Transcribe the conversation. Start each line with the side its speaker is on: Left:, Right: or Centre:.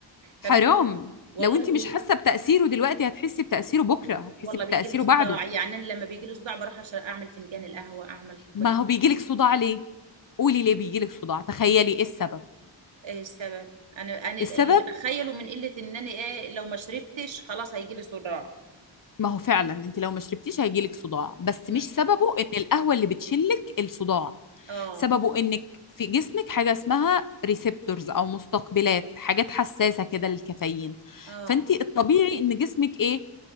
Right: طب
Left: حرام
Right: انت والله
Left: لو انت مش حاسة بتأثيره دلوقتي هتحسي بتأثيره بكرة هتحسي
Right: والله
Left: بتأثيره
Right: بيجي له صداع
Left: بعده
Right: يعني أنا لما بيجي له صداع بروح عشان اعمل فنجان القهوه اعمل كوبايه
Left: ما هو بيجيلك
Right: الشاي
Left: صداع ليه؟ قولي ليه بيجيلك صداع تخيلي ايه السبب
Right: ايه السبب انا انا
Left: السبب
Right: اللي بتخيله من قله ان انا ايه لو ما شربتش خلاص هيجي لي صداع
Left: ما هو فعلا انت لو ما شربتيش هيجيلك صداع بس
Right: مم.
Left: مش سببه ان القهوة اللي بتشلك الصداع
Right: اه
Left: سببه انك في جسمك حاجة اسمها ريسبتورز او مستقبلات حاجات حساسة كده للكافيين
Right: اه
Left: فانت الطبيعي ان جسمك ايه